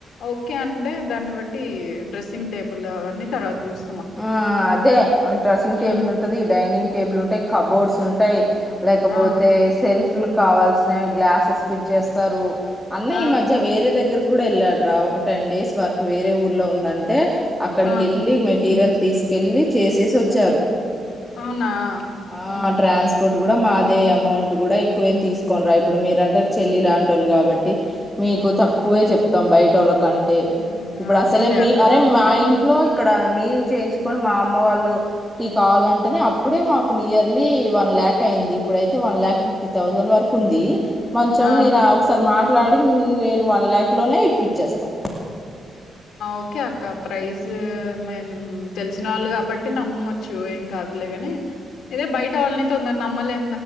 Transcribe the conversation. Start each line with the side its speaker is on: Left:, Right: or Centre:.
Left: ఓకే అ టే దాన్ని బట్టి డ్రెస్సింగ్ టేబుల్ అవన్నీ తర్వాత చూస్
Centre: ఆ అదే డ్రెస్సింగ్ టేబుల్
Left: ఉమ్
Centre: ఉంటది డైనింగ్ టేబుల్ ఉంటాయి కబోర్డ్స్ ఉంటాయి లేకపోతే
Left: ఆ
Centre: సెల్ఫ్ లు కావాల్సినవి గ్లాసెస్ ఫిట్ చేస్తారు అన్న
Left: ఆ
Centre: ఈ మధ్య వేరే దగ్గర్ కూడా వెళ్ళాడు రా ఒకట్ టెన్ డేస్ వరక్ వేరే ఊర్ లో ఉందంటే అక్కడికి
Left: ఆ
Centre: వెళ్ళి మెట్ మెటీరియల్ తీసుకెళ్లి చేసేసి వచ్చారు
Left: అవునా
Centre: ఆ
Left: హ
Centre: ట్రాన్స్పోర్ట్ కూడా మాదే అమౌంట్ కూడా ఎక్కువే తీసుకోని రా ఇప్పుడు మీరంటే చెల్లి లాంటి వాళు కాబట్టి మీకు
Left: ఉమ్
Centre: తక్కువే చెప్ తం బయట లక్ కంటే
Left: ఉమ్,
Centre: ఇప్పుడు
Left: అదేలే
Centre: అసలే మీ
Left: అక్క
Centre: అరే మా ఇంట్లో ఇక్కడ మేము చేయించుకొని మా అమ్మ వాళ్ళు ఈ కావాలంటే అప్పుడే మాకు నియర్ లీ వన్ లాక్ అయింది ఇప్పుడైతే వన్ లాక్ ఫిఫ్టీ థౌజండ్ వరకు ఉంది మంచం
Left: ఆ
Centre: నేను ఒకసారి మాట్లాడి నేను వన్ ల్యాక్ లోనే ఇప్పించేస్తా
Left: ఓకే అక్క ప్రైస్ మేము తెలిసిన వాళ్ళు కాబట్టి నమ్మచ్చు ఏం కాదులే కాని ఇదే బయట వాళ్ళని తొండ నమ్లే